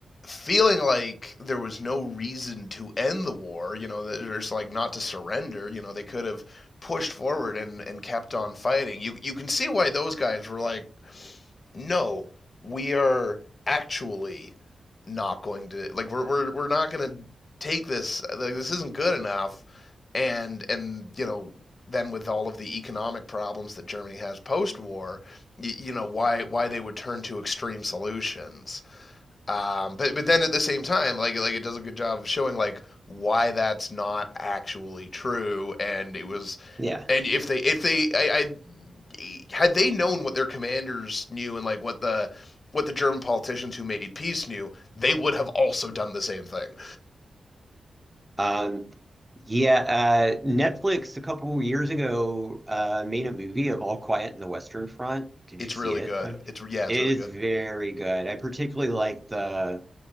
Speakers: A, on the left (about 45°); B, on the right (about 15°).
A: feeling like there was no reason to end the war, you know, there's like not to surrender, you know, they could have pushed forward and and kept on fighting. You you can see why those guys were like no, we are actually not going to like we're we're we're not going to take this like this isn't good enough and and you know then with all of the economic problems that Germany has post-war, you, you know why why they would turn to extreme solutions um, but but then at the same time, like like it does a good job of showing like why that's not actually true, and it was,
B: Yeah.
A: and if they if they I, I had they known what their commanders knew and like what the what the German politicians who made peace knew, they would have also done the same thing.
B: Um. Yeah, uh, Netflix a couple years ago uh, made a movie of All Quiet in the Western Front. Did
A: It's
B: you see
A: really
B: it
A: good.
B: by any chance?
A: It's yeah,
B: It
A: it's really
B: is
A: good.
B: very good. I particularly like the